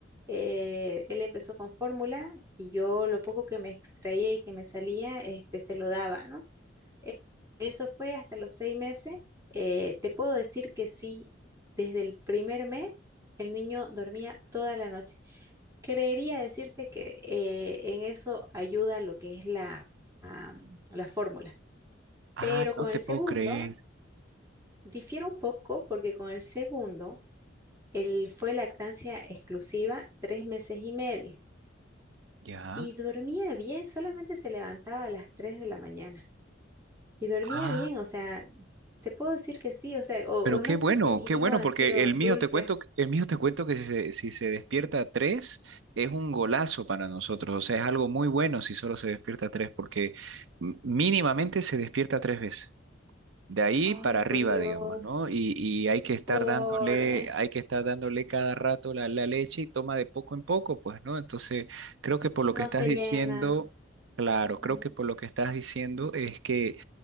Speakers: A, on the right; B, on the right.
A: eh, él empezó con fórmula y yo lo poco que me extraía y que me salía, este, se lo daba, ¿no? E- Eso fue hasta los seis meses. Eh, te puedo decir que sí, desde el primer mes el niño dormía toda la noche. Creería decirte que eh, en eso ayuda lo que es la, am, la fórmula.
B: Ah,
A: Pero
B: no
A: con
B: te
A: el segundo,
B: puedo creer.
A: difiere un poco porque con el segundo, él fue lactancia exclusiva tres meses y medio
B: Ya.
A: y dormía bien, solamente se levantaba a las 3 de la mañana. Y dormía
B: Ah.
A: bien, o sea, te puedo decir que sí, o sea, o,
B: Pero
A: o no
B: qué bueno,
A: sé si mis
B: qué
A: hijos
B: bueno,
A: han
B: porque
A: sido
B: el
A: dulces.
B: mío te cuento, que- el mío te cuento que si se, si se despierta a tres, es un golazo para nosotros. O sea, es algo muy bueno si solo se despierta a tres, porque m- mínimamente se despierta tres veces. De ahí
A: Ay,
B: para
A: por
B: arriba,
A: Dios,
B: digamos, ¿no? Y, y hay que estar
A: pobre,
B: dándole, hay que estar dándole cada rato la, la leche y toma de poco en poco, pues, ¿no? Entonces, creo que por lo
A: no
B: que estás
A: se
B: diciendo,
A: llena.
B: claro,
A: Ujú.
B: creo que por lo que estás diciendo es que